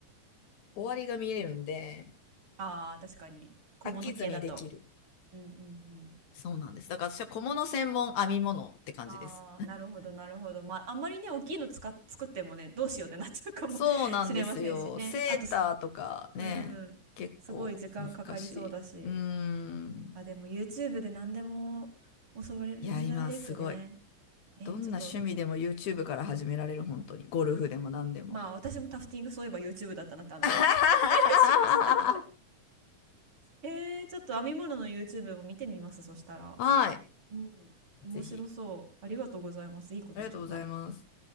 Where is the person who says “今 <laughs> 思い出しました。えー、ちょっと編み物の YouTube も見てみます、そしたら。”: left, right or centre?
Right